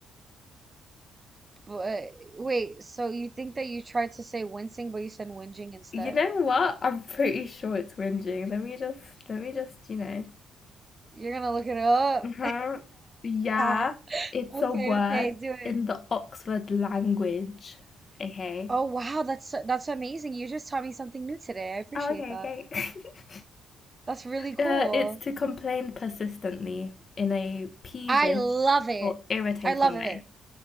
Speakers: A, on the right (about 25°); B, on the left (about 40°).
A: but wait. So you think that you tried to say wincing, but you said whinging instead?
B: You know what? I'm pretty sure it's whinging. Let me just, let me just, you know.
A: You're gonna look it up.
B: Uh-huh. Yeah,
A: <laughs>
B: it's
A: Okay,
B: a word
A: okay, do it.
B: in the Oxford language. Okay.
A: Oh wow, that's so- that's amazing. You just taught me something new today. I appreciate
B: Oh, okay,
A: that.
B: okay. <laughs>
A: That's really cool.
B: Uh, it's to complain persistently in a peevish
A: I love it.
B: or irritating
A: I love
B: way.
A: it.